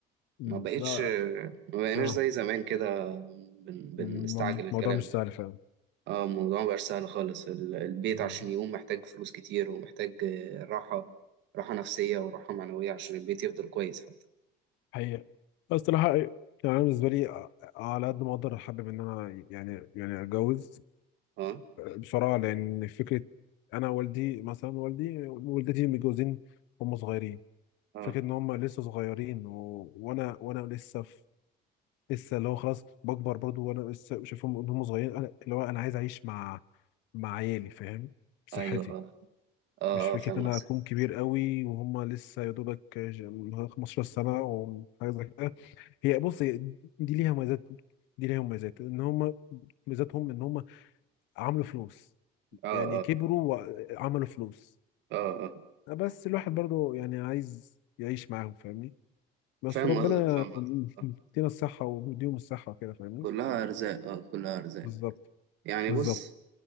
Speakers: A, on the left; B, on the right.
A: مم،
B: ما بقتش
A: لا
B: ما بقيناش
A: اه
B: زي زمان كده بن- بنستعجل
A: م- الموضوع
B: الكلام
A: مش
B: ده.
A: سهل فاهم
B: اه الموضوع مبقاش سهل خالص ال- البيت
A: مم.
B: عشان يقوم محتاج فلوس كتير ومحتاج آه، راحة راحة نفسية وراحة معنوية عشان البيت يفضل كويس حتى
A: حقيقة بس صراحة يعني أنا بالنسبة لي ع- على قد ما أقدر أحبب إن أنا يعني يعني أتجوز
B: اه
A: بصراحة لأن فكرة أنا والدي مثلا والدي والدتي متجوزين هم صغيرين
B: اه
A: فكرة إن هم لسه صغيرين و... وأنا وأنا لسه في... لسه اللي هو خلاص بكبر برضو وأنا لسه شايفهم إن هم صغيرين أنا اللي هو أنا عايز أعيش مع مع عيالي فاهم بصحتي
B: ايوه اه اه
A: مش فكرة
B: آه، فاهم
A: إن
B: قصدك
A: أنا أكون كبير قوي وهم لسه يا دوبك ج- 15 سنة وحاجة زي كده هي بص هي دي ليها مميزات دي ليها مميزات إن هم ميزاتهم إن هم عملوا فلوس
B: اه
A: يعني
B: اه
A: كبروا وعملوا فلوس
B: اه اه اه،
A: بس الواحد برضو يعني عايز يعيش معاهم فاهمني بس
B: فاهم
A: ربنا
B: قصدك فاهم قصدك آه.
A: يدينا الصحة ويديهم الصحة كده فاهمني
B: كلها ارزاق اه كلها ارزاق
A: بالظبط
B: يعني
A: بالظبط
B: بص